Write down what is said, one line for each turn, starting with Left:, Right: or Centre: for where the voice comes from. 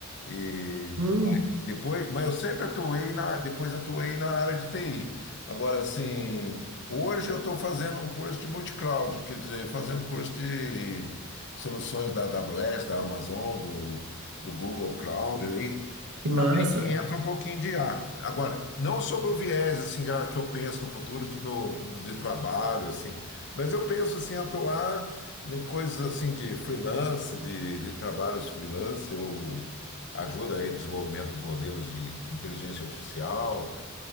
Left: E
Right: Hum,
Left: Depois, mas eu sempre atuei na, depois atuei na área de TI. Agora, assim, hoje eu estou fazendo um curso de multicloud, quer dizer, fazendo curso de soluções da AWS, da Amazon, do, do Google Cloud aí,
Right: que
Left: e também
Right: massa.
Left: que entra um pouquinho de IA. Agora, não sobre o viés assim ah, que eu penso no futuro de, que eu- de trabalho assim, mas eu penso assim atuar em coisas assim de freelance, de, de trabalhos freelance ou ajuda aí o desenvolvimento dos modelos de inteligência artificial,